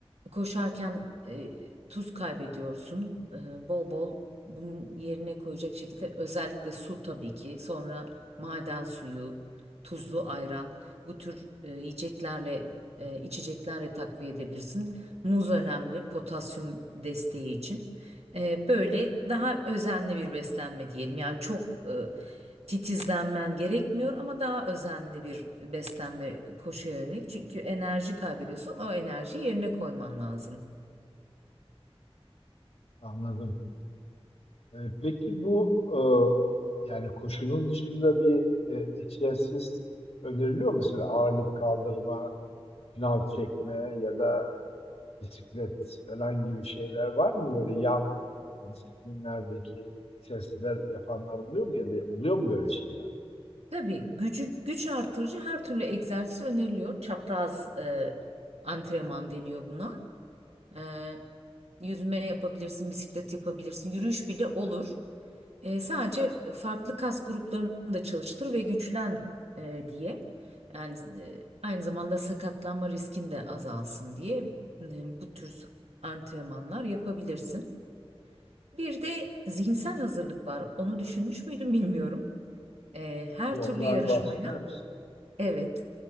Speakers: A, on the right; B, on the left.
A: koşarken e, tuz kaybediyorsun. Ee, bol bol bunun yerine koyacak şekilde özellikle su tabii ki. Sonra maden suyu, tuzlu ayran bu tür e, yiyeceklerle e, içeceklerle takviye edebilirsin. Muz önemli potasyum desteği için. Ee, böyle daha özenli bir beslenme diyelim. Yani çok titizlenmen gerekmiyor ama daha özenli bir beslenme koşuya yönelik. Çünkü enerji kaybediyorsun. O enerjiyi yerine koyman lazım.
B: Anladım. E, peki bu e, yani koşunun dışında bir e, egzersiz öneriliyor mu? Mesela ağırlık kaldırma, şınav çekme ya da bisiklet falan gibi şeyler var mı? Böyle yan e, disiplinlerdeki testler yapanlar oluyor mu ya da oluyor mu böyle şeyler?
A: Tabii gücü, güç artırıcı her türlü egzersiz öneriliyor. Çapraz e, antrenman deniyor buna. E, yüzme yapabilirsin, bisiklet yapabilirsin, yürüyüş bile olur. E, sadece farklı kas gruplarını da çalıştır ve güçlen e, diye. Yani e, aynı zamanda sakatlanma riskin de azalsın diye e, bu tür antrenmanlar yapabilirsin. Bir de zihinsel hazırlık var. Onu düşünmüş müydün bilmiyorum. E, her
B: Bir ondan
A: türlü yarışmaya
B: bahseder misin?
A: evet